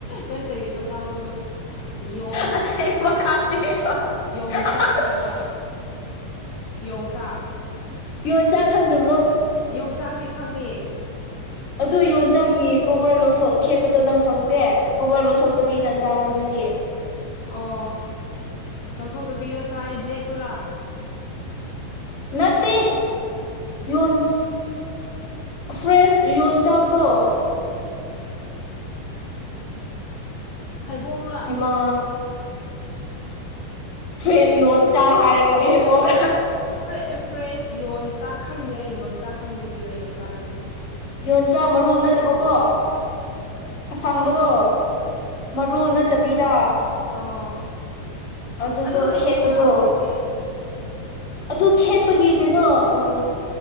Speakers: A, on the left; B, on the left.
A: ꯅꯪ ꯀꯔꯤꯅꯣ ꯉꯥꯡꯕꯗꯣꯣꯡ
B: ꯑꯁꯦꯡꯕ ꯈꯪꯗꯦꯗꯣ
A: ꯌꯣꯡꯆꯥꯛ
B: ꯑꯁ
A: ꯍꯥꯏꯕ꯭ꯔꯥ ꯌꯣꯡꯆꯥꯛ
B: ꯌꯣꯟꯖꯆꯥ ꯈꯪꯗꯕ꯭ꯔ
A: ꯌꯣꯡꯆꯥꯛꯗꯤ ꯈꯪꯉꯤ
B: ꯑꯗꯨ ꯌꯣꯟꯆꯥꯛꯒꯤ ꯀꯣꯕꯔ ꯂꯧꯊꯣꯛ ꯈꯦꯠꯄꯗꯣ ꯅꯪ ꯈꯪꯗꯦ ꯀꯣꯕꯔ ꯂꯧꯊꯣꯛꯇꯕꯤꯅ ꯆꯥꯕ꯭ꯔꯣ ꯅꯣꯏꯗꯤ
A: ꯑꯣ ꯂꯧꯊꯣꯛꯇꯕꯤꯗ ꯆꯥꯏꯑꯦ ꯕ꯭ꯂꯦꯛꯇꯔꯥ
B: ꯅꯠꯇꯦ ꯌꯟ ꯐ꯭ꯔꯦꯁ ꯌꯣꯟ ꯆꯥꯛꯇꯣ
A: ꯍꯩꯕꯣꯡꯔꯥ
B: ꯍ ꯐ꯭ꯔꯦꯁ ꯌꯣꯟ ꯆꯥꯛ ꯍꯥꯏꯔꯒ ꯍꯩꯕꯣꯡ
A: ꯐ꯭ꯔꯦ ꯐ꯭ꯔꯦꯁ ꯌꯣꯟꯆꯥꯛ ꯈꯪꯗꯦ ꯑꯩ ꯌꯣꯟꯆꯥꯛ ꯈꯪꯗꯦ ꯀꯔꯤꯔꯥ ꯌꯣꯟꯆꯥꯛ ꯍꯥꯏꯗꯤ
B: ꯌꯣꯟꯆꯥꯛ ꯃꯔꯨ ꯅꯠꯇꯕꯀꯣ ꯑꯁꯥꯡꯕꯗꯣ ꯃꯔꯨ ꯅꯠꯇꯕꯤꯗ
A: ꯑꯣ
B: ꯑꯗꯨꯗꯣ
A: ꯑꯗꯨ ꯂꯩꯇ꯭ꯔꯦꯅ
B: ꯈꯦꯠꯄꯗꯣ
A: ꯍꯧꯖꯤꯛꯇꯤ
B: ꯑꯗꯨ ꯈꯦꯠꯄꯒꯤ ꯀꯩꯅꯣ ꯎ